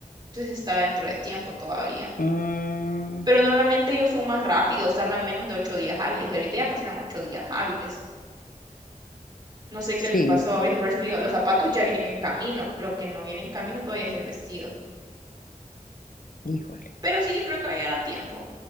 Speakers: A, on the right; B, on the left.
A: Entonces está dentro de tiempo todavía.
B: Mm,
A: Pero normalmente ellos son más rápidos, tardan menos de ocho días hábiles y ahorita ya pasaron ocho días hábiles. No sé qué
B: sí,
A: les pasó ahorita, por eso le digo, los zapatos ya vienen en camino. Lo que no viene en camino todavía es el vestido.
B: híjole,
A: Pero sí, yo creo que va a llegar a tiempo.